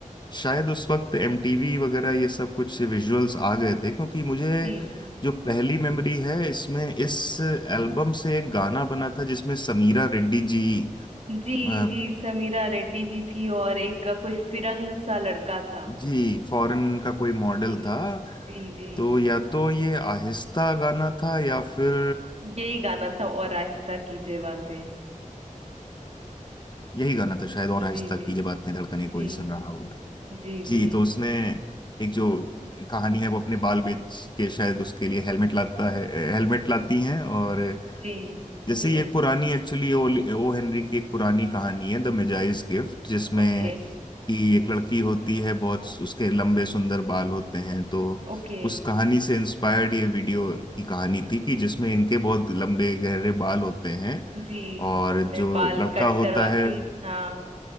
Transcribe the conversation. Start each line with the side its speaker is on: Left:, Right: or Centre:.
Left: शायद उस वक्त एमटीवी वगैरह ये सब कुछ विजुअल्स आ गए थे क्योंकि मुझे
Right: जी
Left: जो पहली मेमोरी है इसमें इस एल्बम से एक गाना बना था जिसमें समीरा रेड्डी जी
Right: जी
Left: अ,
Right: जी समीरा रेड्डी जी थी और एक अ, कोई फिरंग सा लड़का था
Left: जी फॉरेन का कोई मॉडल
Right: जी
Left: था
Right: जी जी
Left: तो या तो ये आहिस्ता गाना था या फिर
Right: यही गाना था और आहिस्ता कीजिए बातें
Left: यही गाना था शायद और आहिस्ता
Right: जी जी
Left: कीजिए बात ने धड़कने कोई
Right: जी
Left: सुन रहा होगा
Right: जी
Left: जी
Right: जी
Left: तो उसमें एक जो कहानी है वो अपने बाल बेच के शायद उसके लिए हेलमेट लाता है हेलमेट लाती हैं और
Right: जी
Left: जैसे
Right: जी
Left: ये एक पुरानी एक्चुअली ओ, ओ हेनरी की एक पुरानी कहानी है द मेजाइज गिफ्ट जिसमें
Right: ओके
Left: कि एक लड़की होती है बहुत उसके लंबे सुंदर बाल होते हैं तो
Right: ओके
Left: उस कहानी से इंस्पायर्ड ये वीडियो की कहानी थी कि जिसमें इनके बहुत लंबे गहरे बाल होते हैं
Right: जी
Left: और
Right: वो अपने
Left: जो
Right: बाल
Left: लड़का
Right: कट करवा
Left: होता है
Right: के हाँ